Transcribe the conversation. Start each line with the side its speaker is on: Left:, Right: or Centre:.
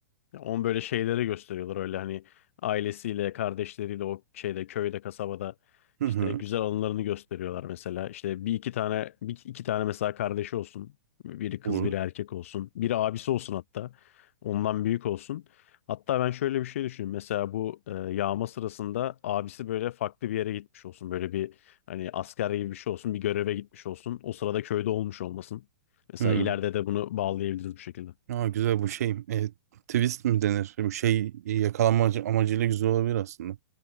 Left: On böyle şeyleri gösteriyorlar öyle hani ailesiyle, kardeşleriyle o şeyde köyde, kasabada
Right: Hı
Left: işte
Right: hı.
Left: güzel anılarını gösteriyorlar mesela. İşte bir iki tane bir iki tane mesela kardeşi olsun. Biri kız,
Right: Olur.
Left: biri erkek olsun. Biri abisi olsun hatta. Ondan büyük olsun. Hatta ben şöyle bir şey düşünüyorum. Mesela bu e, yağma sırasında abisi böyle farklı bir yere gitmiş olsun. Böyle bir hani asker gibi bir şey olsun. Bir göreve gitmiş olsun. O sırada köyde olmuş olmasın. Mesela
Right: Hı.
Left: ileride de bunu bağlayabiliriz bu şekilde.
Right: Aa, güzel bu şey. E, twist mi denir? Bu şey yakalanma amacı- amacıyla güzel olabilir aslında.